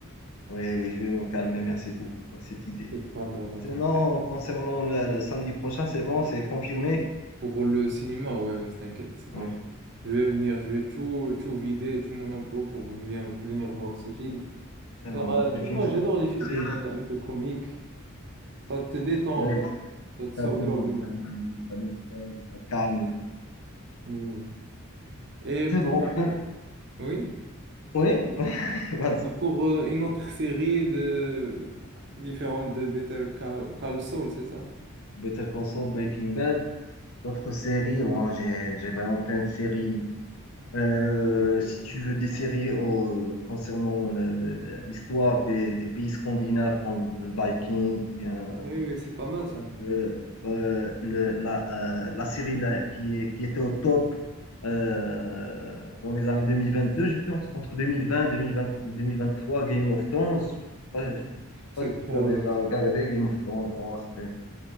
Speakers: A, on the left; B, on the right.
A: oui, oui, je vais me calmer. Merci beaucoup pour cette idée.
B: C'est pas grave, mon
A: Sinon,
B: frère.
A: concernant le, le samedi prochain, c'est bon, c'est confirmé.
B: Pour le cinéma, ouais, ouais, t'inquiète, c'est confiant.
A: Oui,
B: Je vais venir, je vais tout, tout vider, tout mon emploi pour vi- venir voir ces films.
A: c'est
B: Car
A: bon.
B: euh,
A: Donc,
B: tu
A: les films,
B: vois, j'adore les films
A: tu sais,
B: euh, un peu comiques. Ça te détend,
A: oui,
B: un peu, ça te sort
A: ça te,
B: de l'ordinaire.
A: ça, ça déstresse, ça calme.
B: Oui. Et pour...
A: C'est bon. Donc,
B: Oui?
A: oui, <laughs> vas-y.
B: Pour euh, une autre série de... différente de Better Call, Call Saul, c'est ça?
A: Better Call Saul, Breaking Bad. D'autres séries, bon, j'ai j'ai vraiment plein de séries. Euh,
B: Et-
A: si tu veux des séries au- concernant le- le- le- l'histoire des, des pays scandinaves comme Vikings ou bien
B: Oui, oui, c'est pas mal ça.
A: euh, euh, le- la, euh, la série là, qui, est- qui était au top euh, dans les années 2022 je pense, entre 2020 2020 2023, Game of Thrones. Je
B: Mm.
A: ne sais pas je sais
B: C'est
A: pas si
B: trop
A: tu l'as
B: long,
A: déjà
B: c'est
A: regardé,
B: trop
A: Game of Thrones. Oh, c'était